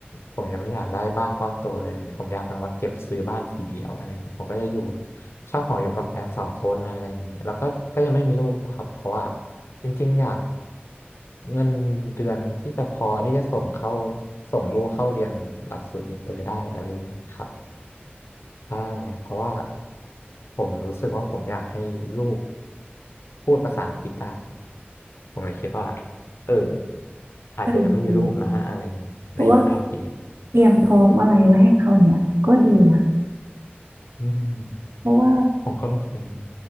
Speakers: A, on the left; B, on the right.
A: ผมยังไม่อยากได้บ้านก้อนโตเลยอะไรเงี้ยผมอยากแบบว่าเก็บซื้อบ้านทีเดียวอะไรอย่างงี้ผมก็จะอยู่เช่าหออยู่กับแฟนสองคนอะไรอย่างงี้แล้วก็ก็ยังไม่มีลูกครับเพราะว่าจริงๆอยากเงินเดือนที่จะพอที่จะส่งเข้าส่งลูกเข้าเรียนหลักสูตรอินเตอร์ได้อะไรอย่างงี้ครับใช่เพราะว่าผมรู้สึกว่าผมอยากให้ลูกพูดภาษาอังกฤษได้ผมเลยคิดว่าเอออาจจะยังไม่มีลูกนะอะไรอย่างนี้ในอีกห้าปี
B: เออดีเพราะว่าเตรียมพร้อมอะไรไว้ให้เขาเนี่ยก็ดีนะ
A: อืม
B: เพราะว่า
A: ผมก็รู้สึกอย่างนั้น